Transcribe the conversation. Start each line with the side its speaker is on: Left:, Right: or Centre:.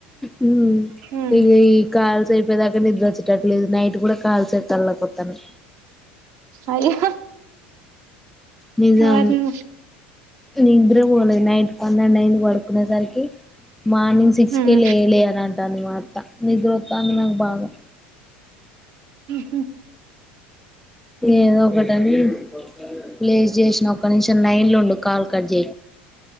Centre: హుమ్
Right: హ్మ్
Centre: ఇక ఈ కాల్స్ అయిపోయదాకా నిద్ర వచ్చేటట్లేదు నైట్ కూడా కాల్స్ అయి కళ్ళోకివతన్నై
Right: అయ్యో
Centre: నిజం
Right: వాటిని
Centre: నిద్ర పోలేదు నైట్ పన్నెండు అయింది పడుకునేసరికి మార్నింగ్ సిక్స్కే
Right: హ్మ్
Centre: లేలే అని అంటాంది మీ అత్త నిద్ర వస్తాంది నాకు బాగా
Right: హు
Centre: ఏదో ఒకటని ప్లేస్ చేసిన ఒక నిషం నైన్లు ఉండు కాల్ కట్ చేయ